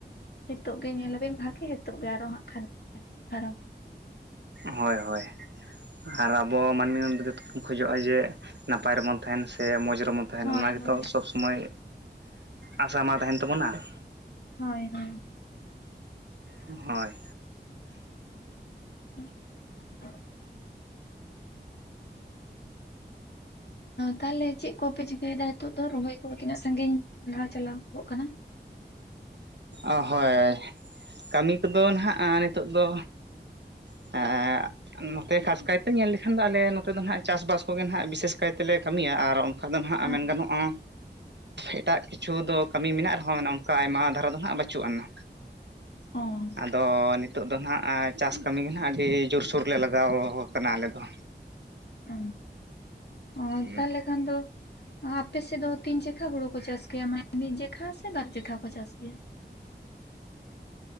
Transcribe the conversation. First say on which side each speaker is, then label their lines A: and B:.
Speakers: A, on the left; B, on the right.
A: ᱦᱤᱛᱚᱜ ᱜᱮ ᱧᱮᱞᱟᱵᱤᱱ ᱵᱷᱟᱜᱤ ᱦᱤᱛᱚᱜ ᱜᱮ ᱟᱨᱚ ᱦᱟᱸᱜ ᱠᱷᱟᱨᱟᱯ᱾
B: ᱦᱳᱭ ᱦᱳᱭ᱾ ᱟᱨ ᱟᱵᱚ ᱢᱟᱱᱢᱤ ᱡᱚᱛᱚ ᱵᱚᱱ ᱠᱷᱚᱡᱚᱜᱼᱟ ᱡᱮ ᱱᱟᱯᱟᱭ ᱨᱮᱵᱚᱱ ᱛᱟᱦᱮᱱ ᱥᱮ ᱢᱚᱡᱽ ᱨᱮᱵᱚᱱ ᱛᱟᱦᱮᱱ
A: ᱦᱳᱭ
B: ᱚᱱᱟ ᱜᱮᱛᱚ
A: ᱦᱳᱭ᱾
B: ᱥᱚᱵᱽ ᱥᱚᱢᱚᱭ ᱟᱥᱟ ᱢᱟ ᱛᱟᱦᱮᱱ ᱛᱟᱵᱩᱱᱟ ᱾
A: ᱦᱳᱭ ᱦᱳᱭ᱾
B: ᱦᱳᱭ᱾
A: <inaudible> ᱛᱟᱦᱚᱞᱮ ᱪᱮᱫ ᱠᱚᱯᱮ ᱪᱤᱠᱟᱹᱭᱮᱫᱟ ᱦᱤᱛᱚᱜ ᱫᱚ, ᱨᱚᱦᱚᱭ ᱠᱚ ᱛᱤᱱᱟᱹᱜ ᱥᱟᱺᱜᱤᱧ ᱞᱟᱦᱟ ᱪᱟᱞᱟᱣᱚᱜ ᱠᱟᱱᱟ?
B: ᱚ ᱦᱳᱭ ᱠᱟᱢᱤ ᱠᱚᱫᱚ ᱱᱟᱦᱟᱜ ᱱᱤᱛᱚᱜ ᱫᱚ <unintelligible> ᱱᱚᱛᱮ ᱠᱷᱟᱥ ᱠᱟᱭᱛᱮ ᱧᱮᱞ ᱞᱮᱠᱷᱟᱱ ᱫᱚ ᱟᱞᱮ ᱱᱚᱛᱮ ᱫᱚ ᱱᱟᱦᱟᱸᱜ ᱪᱟᱥᱵᱟᱥ ᱠᱚᱜᱮ ᱱᱟᱦᱟᱸᱜ ᱵᱤᱥᱮᱥ ᱠᱟᱭᱛᱮᱞᱮ ᱠᱟᱢᱤᱭᱟ ᱟᱨ ᱚᱱ <unintelligible> ᱱᱟᱦᱟᱸᱜ
A: ᱦᱮᱸ
B: ᱢᱮᱱ ᱜᱟᱱᱚᱜᱼᱟ ᱮᱴᱟᱜ ᱠᱤᱪᱷᱩ ᱫᱚ ᱠᱟᱢᱤ ᱢᱮᱱᱟᱜ ᱨᱮᱦᱚᱸ ᱱᱚᱱᱠᱟ ᱟᱭᱢᱟ ᱫᱷᱟᱨᱟ ᱫᱚ ᱦᱟᱸᱜ ᱵᱟᱹᱪᱩᱜ ᱟᱱᱟ᱾
A: ᱚᱸ
B: ᱟᱫᱚ ᱱᱤᱛᱚᱜ ᱫᱚ ᱱᱟᱦᱟᱸᱜ ᱪᱟᱥ ᱠᱟᱢᱤ ᱜᱮ ᱱᱟᱦᱟᱸᱜ ᱟᱹᱰᱤ ᱡᱳᱨ ᱥᱳᱨ ᱞᱮ ᱞᱟᱜᱟᱣ ᱠᱟᱱᱟ ᱟᱞᱮ ᱫᱚ᱾
A: ᱚ ᱚ
B: ᱦᱩᱸ
A: ᱛᱟᱦᱚᱞᱮ ᱠᱷᱟᱱ ᱫᱚ ᱟ ᱟᱯᱮᱥᱮᱫ ᱫᱚ ᱛᱤᱱ ᱪᱮᱠᱷᱟ ᱦᱩᱲᱩ ᱠᱚ ᱪᱟᱥ ᱜᱮᱭᱟ ᱢᱟᱱᱮ ᱢᱤᱫ ᱡᱮᱠᱷᱟ ᱥᱮ ᱵᱟᱨ ᱡᱮᱠᱷᱟ ᱠᱚ ᱪᱟᱥ ᱜᱮᱭᱟ <inaudible>